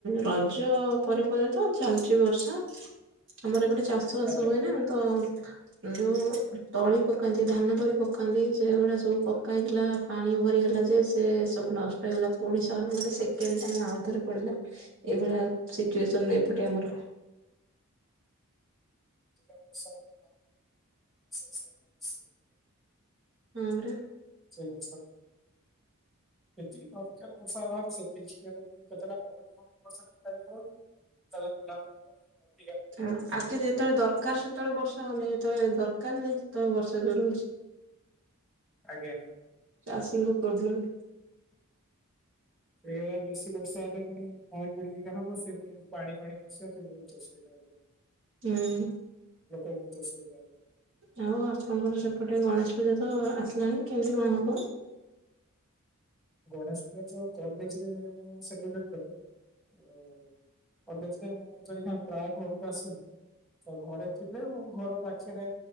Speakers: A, on the right; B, in the centre.
A: ରଜ ପରେ ପରେ ତ ଚାଲିଚ ବର୍ଷା। ଆମର ଏ ପଟେ ଚାଷ ବାସ
B: ଆଜ୍ଞା।
A: ହୁଏ ନା ତ ଯୋଉ ତଳି ପକାନ୍ତି ଧାନ ତଳି ପକାନ୍ତି ସେଗୁଡା ସବୁ ପକା ହେଇଥିଲା ପାଣି ଭରିଗଲା ଯେ ସେ ସବୁ ନଷ୍ଟ ହେଇଗଲା ପୁଣି ସ ମାନେ ସେକେଣ୍ଡ ଟା ଆଉଥରେ ପଡିଲା ଏଇଭଳିଆ ସିଚୁଏସନ ଏପଟେ ଆମର
B: ଆା ବର୍ଷା ହେଲେ ଭ ଚାଷଷ ହେ ଅସୁବିଧ <inaudible>
A: ହଁ ପରା
B: ସେଠିକ୍ ଅଛି ଯେତିକି ଦରକାର ବର୍ଷା ସେତିକିେ <unintelligible> ହଉନି ହଉଷୋଟା ହନି ସେତେବେଳେ ପିଲାବେେଳ କ
A: ହଁ ଆକ୍ଚୁଆଲୀ ଯେତେବେଳେ ଦରକାର ସେତେବେଳେ ବର୍ଷା ହଉନି, ଯେତେବେଳେ ଦରକାର ନାହିଁ ଯେତେବେଳେ ବର୍ଷା ଯୋରେ ହଉଛି।
B: ଆଜ୍ଞା।
A: ଚାଷୀଙ୍କୁ ପ୍ରୋବ୍ଲେମ୍
B: ସେଇଭଳିଆ ବେଶୀ ବର୍ଷା ହେଲେ ପୁଣି ନଈ ଭଡ଼ି ହେରିକା ହବ ସେ ପୁଣି ପାଣି ଫାଣି ପସିବ ସେ ବହୁତ ଅସୁବିଧା ହେବ। ଆଜ୍ଞା
A: ହୁଁ।
B: ଲୋକ ବୋହୁତ ଅସୁବିଧା ହେବେ
A: ଆଉ ଆପଣଙ୍କର ସେପଟେ ଗଣେଶ ପୂଜା ତ ଆସିଲାଣି କେମିତି କଣ ହବ?
B: ଗଣେଶ ପୂଜା ତ କଲେଜରେ ମୁ ସେଲିବ୍ରେଟ କରେ ତ ତ କଲେଜରେ ମୁଁ ତ ଏଇନା ପ୍ରାୟ ଘରକୁ ଆସୁନି ତ ଘରେ ଥିଲେ ମୁଁ ଘର ପାଖରେ